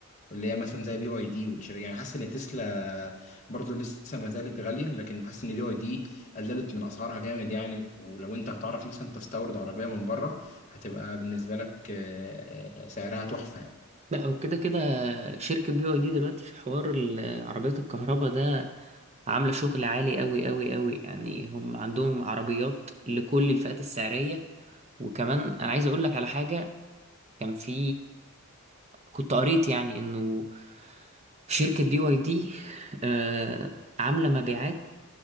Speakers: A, on the left; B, on the right.
A: واللي هي مثلا زي بي واي دي والشركة يعني حاسس ان تسلا برضو لسه ما زالت غالية لكن حاسس ان بي واي دي قللت من اسعارها جامد يعني ولو انت هتعرف مثلا تستورد عربية من بره هتبقى بالنسبة لك آه، آه، سعرها تحفة يعني.
B: لا هو كده كده شركة بي واي دي دلوقتي في حوار ال- عربيات الكهرباء ده عاملة شغل عالي أوي أوي أوي يعني هم عندهم عربيات لكل الفئات السعرية وكمان أنا عايز أقول لك على حاجة كان في كنت قريت يعني إنه شركة بي واي دي آه عاملة مبيعات